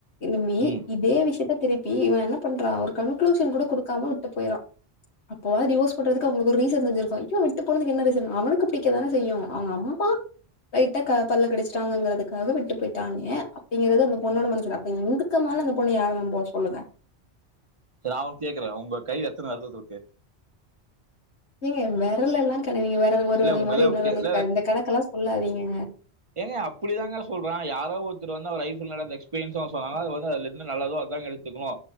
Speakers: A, on the left; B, on the right.
A: இனிமே
B: ம்
A: இதே விஷயத்த திருப் ப்பி இவ என்ன பண்றா ஒரு கன்க்ளூஷன் கூட குடுக்காம விட்டு போய்றா அப்போவாது டிவோஸ் பண்றதுக்கு அவங்ளுக்கு ஒரு ரீசன் தெரிஞ்ருக்கு இப்ப விட்டு போனதுக்கு என்ன ரீசன் அவனுக்கு புடிக்க தானே செய்யு அவங்க அம்மா லைட்டா பல்ல கடிச்டாங்கங்றதுக்காக விட்டு பொய்ட்டானே அப்டிங்றது அந்த பொண்ணோட மனசுல அப்ப இதுக்கு மேல அந்த பொண்ணு யார நம்புவா சொல்லுங்க
B: செரி நா ஒன்னு கேக்றே உங்க கைல எத்தன வெரல்ருக்கு
A: ஏங்க வெரல்லல்லா கண்ண நீங்க வெரல் ஒரு
B: இல்ல
A: வெரல்
B: உங்க
A: மாரி
B: இல்ல
A: இன்னொரு
B: உங்க கை-
A: வெரல்
B: இல்ல
A: இருக்காது இந்த கணக்கெல்லா சொல்லாதீங்கங்க
B: ஏங்க அப்டிதாங்க சொல்றா யாரோ ஒருத்தர் வந்து அவ லைப்ல்ல நடந்த எக்ஸ்பீரியன்ஸ சொன்னாங்க அதுலவந்துண இருந்து நல்லதோ அதுதாங்க எடுத்து க்கனு